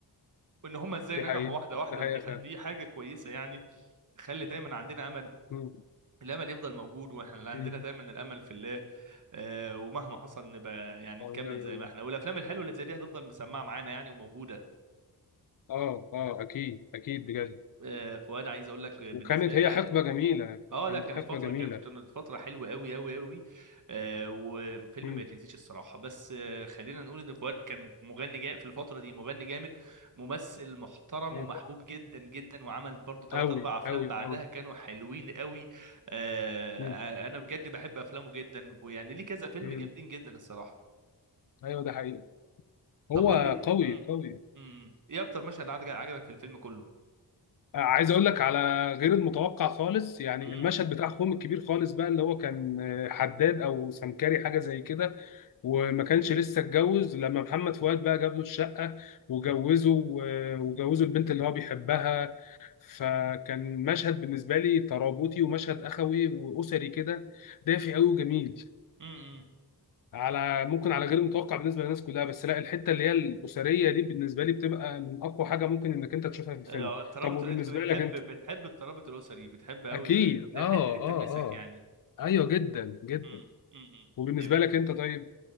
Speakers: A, on the right; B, on the left.
A: وان هم ازاي
B: دي
A: نجحوا
B: حقيقه
A: واحده واحده
B: دي حقيقه
A: ودي
B: فعلا
A: ح- دي حاجه كويسه يعني تخلي دايما عندنا امل
B: مم.
A: الامل يفضل موجود واحنا اللي عندنا
B: مم.
A: دايما الامل في الله آه، ومهما حصل نبقى يعني
B: اه
A: نكمل
B: ونعم
A: زي
B: بالله
A: ما احنا والافلام الحلوه اللي زي دي هتفضل مسمعه معانا يعني وموجوده
B: اه اه اكيد اكيد بجد
A: آه، فوانا عايز اقول لك بالنسبه
B: وكانت
A: لي
B: هي حقبه
A: انا
B: جميله
A: اه
B: كانت
A: لا كانت
B: حقبه
A: فترة
B: جميله
A: كانت فترة حلوة قوي قوي قوي آه وفيلم
B: امم
A: ما يتنسيش الصراحة بس آه خلينا نقول ان فؤاد كان مغني جا في الفترة دي مغني جامد ممثل محترم
B: امم
A: ومحبوب جدا جدا وعمل برضو ثلاث
B: قوي
A: اربع افلام
B: قوي
A: بعدها
B: قوي
A: كانوا حلوين قوي آه
B: امم
A: آه، انا بجد بحب افلامه جدا ويعني ليه كذا فيلم
B: امم
A: جامدين جدا الصراحة
B: ايوه ده حقيقي
A: طب
B: هو
A: قول لي
B: قوي
A: امم
B: قوي
A: امم ايه اكتر مشهد عجبك عجبك في الفيلم كله
B: وعايز اقول لك على غير المتوقع خالص يعني
A: امم
B: المشهد بتاع اخوهم الكبير خالص بقى اللي هو كان حداد او سمكري حاجه زي كده وما كانش لسه اتجوز لما محمد فؤاد بقى جاب له الشقة وجوزه و- وجوزه البنت اللي هو بيحبها فكان مشهد بالنسبة لي ترابطي ومشهد أخوي وأسري كده دافي قوي وجميل
A: امم
B: على ممكن على غير متوقع بالنسبة للناس كلها بس لا الحتة اللي هي الأسرية دي بالنسبة لي بتبقى من أقوى حاجة ممكن إنك أنت تشوفها في الفيلم
A: آه، الترابط
B: طب وبالنسبة
A: انت بتحب
B: لك أنت
A: بتحب الترابط الاسري بتحب قوي
B: أكيد
A: ان
B: آه
A: الحته دي بتلمسك
B: آه آه
A: يعني
B: أيوه جدا جدا
A: امم امم
B: وبالنسبة
A: يب.
B: لك أنت طيب